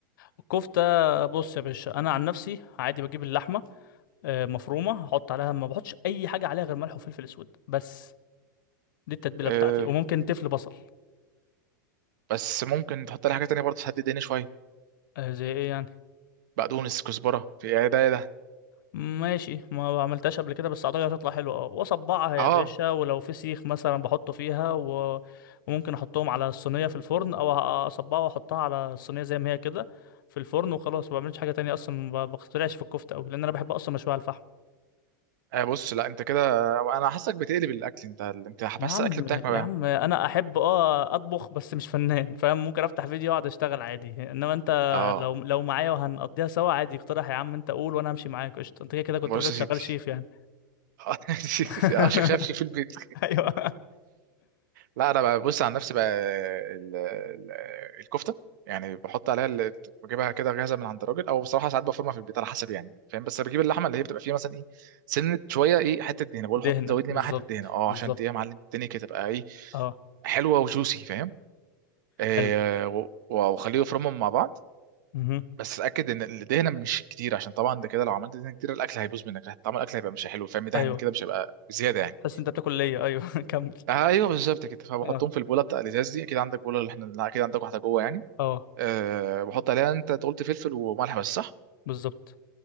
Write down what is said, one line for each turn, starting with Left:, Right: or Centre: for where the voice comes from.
Left: الكفته بص يا باشا انا عن نفسي عادي بجيب اللحمه آه، مفرومه احط عليها ما بحطش اي حاجه عليها غير ملح وفلفل اسود بس دي التتبيله
Right: اه
Left: بتاعتي وممكن تفل بصل
Right: بس ممكن تحط لي حاجه تانية برضه تهدي الدنيا شويه
Left: آه، زي ايه يعني
Right: بقدونس كزبره في ايه ده ايه ده
Left: ماشي ما عملتهاش قبل كده بس اعتقد هتطلع حلوه اه واصبعها يا
Right: اه
Left: باشا ولو في سيخ مثلا بحطه فيها و... وممكن احطهم على الصينيه في الفرن او اصبعها واحطها على الصينيه زي ما هي كده في الفرن وخلاص ما بعملش حاجه تانية اصلا ما بخترعش في الكفته قوي لان انا بحب اصلا مشوي على الفحم
Right: آه، بص لا انت كده انا حاسسك بتقلب الاكل انت انت
Left: يا
Right: بس
Left: عم
Right: الاكل بتاعك ما
Left: يا
Right: بقى
Left: عم انا احب اه اطبخ بس مش فنان <laughs> فاهم ممكن افتح فيديو واقعد اشتغل عادي انما انت
Right: اه
Left: لو لو معايا وهنقضيها سوا عادي اقترح يا عم انت قول وانا همشي معاك قشطه انت كده كده كنت
Right: بص
Left: راجل
Right: يا
Left: شغال
Right: سيدي
Left: شيف يعني
Right: <laughs>
Left: <laughs>
Right: اه شغال في في البيت
Left: ايوه
Right: لا انا بقى بص عن نفسي بقى ال- ال- الكفته يعني بحط عليها اللي بجيبها كده جاهزه من عند الراجل او بصراحه ساعات بفرمها في البيت على حسب يعني فاهم بس بجيب اللحمه اللي هي بتبقى فيها مثلا ايه سنه شويه ايه حته دهنه بقول
Left: دهنة
Right: له حط زود لي
Left: بالظبط
Right: معاها حته دهنه اه
Left: بالظبط
Right: عشان ايه يا معلم الدنيا كده تبقى ايه
Left: اه
Right: حلوه وجوسي فاهم آه
Left: حلو
Right: و- واخليه يفرمهم مع بعض
Left: مهم.
Right: بس اتاكد ان الدهنه مش كتير عشان طبعا ده كده لو عملت دهنه كتير الاكل هيبوظ منك طعم الاكل هيبقى مش حلو فاهم دهن
Left: ايوه
Right: كده مش هيبقى زياده يعني
Left: تحس انت بتاكل ليا ايوه <laughs> كمل
Right: ايوه بالظبط كده فبحطهم
Left: اه
Right: في البوله بتاع الازاز دي اكيد عندك بوله اللي احنا لا، اكيد عندك واحده جوه يعني
Left: اه
Right: أه بحط عليها انت قلت فلفل وملح بس صح
Left: بالظبط